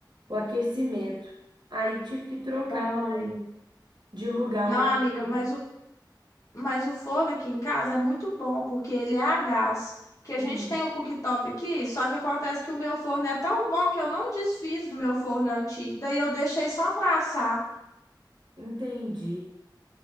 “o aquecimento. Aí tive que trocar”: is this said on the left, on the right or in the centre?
Right